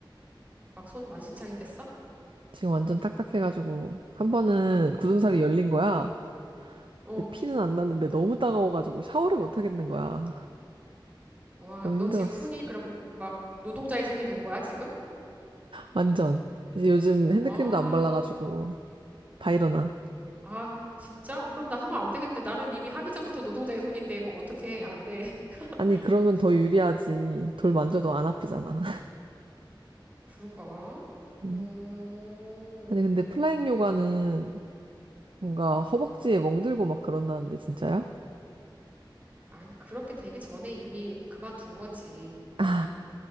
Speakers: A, on the right; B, on the right.
A: 막 손 만신창이 됐어?
B: 지금 완전 딱딱해가지고. 한 번은 굳은살이 열린 거야.
A: 어.
B: 근데 피는 안 났는데 너무 따가워가지고 샤워를 못 하겠는 거야.
A: 와,
B: 너무
A: 너
B: 힘들었어.
A: 지금 손이 그럼 막 노동자의 손이 된 거야, 지금?
B: 완전. 이제 요즘 핸드크림도
A: 아,
B: 안 발라가지고 다 일어나.
A: 아, 진짜? 어, 그럼 나 하면 안 되겠네. 나는 이미 하기 전부터 노동자의 손인데, 그거 어떻게 해? 안 돼. <laughs>
B: 아니, 그러면
A: 어,
B: 더 유리하지. 돌 만져도 안 아프잖아. <laughs>
A: 그런가?
B: 음.
A: 음,
B: 아니, 근데 플라잉 요가는 뭔가 허벅지에 멍들고 막 그런다는데, 진짜요?
A: 아니, 그렇게 되기 전에 이미 그만둔 거지.
B: 아,
A: 막,